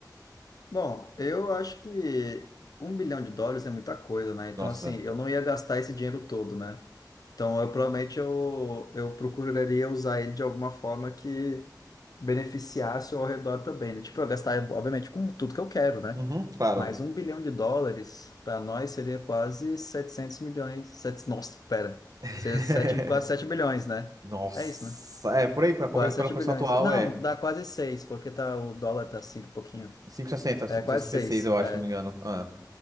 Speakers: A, on the left; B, on the right.
A: Bom, eu acho que um bilhão de dólares é muita coisa, né? Então,
B: Nossa.
A: assim, eu não ia gastar esse dinheiro todo, né? Então, eu provavelmente eu, eu procuraria usar ele de alguma forma que beneficiasse ao redor também, né? Tipo, eu gastar, obviamente, com tudo que eu quero, né?
B: Uhum, claro.
A: Mas um bilhão de dólares, para nós, seria quase 700 milhões. Sete, nossa, pera.
B: <laughs>
A: Seria sete, quase 7 bilhões, né?
B: Nossa.
A: É isso, né?
B: É, por aí, pra, conver-
A: Quase
B: pela
A: 7
B: conversão
A: bilhões.
B: atual,
A: Não,
B: é
A: dá quase 6 porque tá, o dólar tá 5 e pouquinho.
B: cinco e sessenta
A: É,
B: sessenta
A: quase seis
B: e seis eu acho,
A: É.
B: se não me engano. Ah.